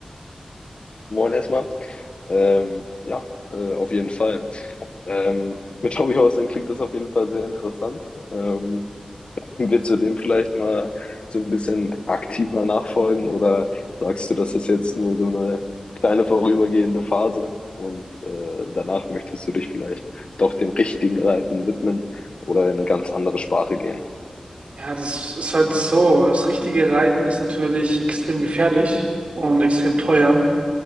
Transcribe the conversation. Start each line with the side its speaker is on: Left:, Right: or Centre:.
Left: Moin erstmal. Ähm, ja, äh, auf jeden Fall. Ähm, mit Hobbyhousing klingt das auf jeden Fall sehr interessant. Ähm, willst du dem vielleicht mal so ein bisschen aktiver nachfolgen oder sagst du, das ist jetzt nur so eine kleine vorübergehende Phase und äh, danach möchtest du dich vielleicht doch dem richtigen Reiten widmen oder in eine ganz andere Sparte gehen?
Right: Ja, das ist halt so. Das richtige Reiten ist natürlich extrem gefährlich und extrem teuer.